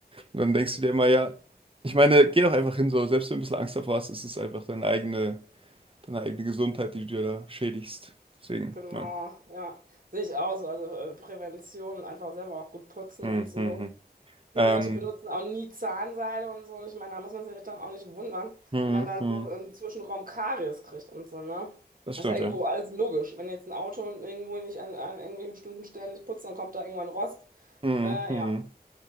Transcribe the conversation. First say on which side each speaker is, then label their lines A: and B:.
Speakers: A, on the right (about 30°); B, on the right (about 55°).
A: Und dann denkst du dir immer, ja, ich meine, geh doch einfach hin, so, selbst wenn du ein bisschen Angst davor hast, ist es einfach deine eigene, deine eigene Gesundheit, die du dir da schädigst. Deswegen,
B: genau,
A: ja.
B: ja. Sehe ich auch so. Also äh, Prävention, einfach selber auch gut putzen
A: Mhm.
B: und so. Viele
A: Ähm,
B: Leute benutzen auch nie Zahnseide und so. Und ich meine, da muss man sich doch auch nicht wundern,
A: mhm.
B: wenn man dann so im Zwischenraum Karies kriegt und so, ne?
A: Das
B: Das
A: stimmt,
B: ist ja irgendwo
A: ja.
B: alles logisch. Wenn jetzt ein Auto irgendwo nicht an, an irgendwelchen bestimmten Stellen nicht putzt, dann kommt da irgendwann Rost.
A: Mhm.
B: Äh,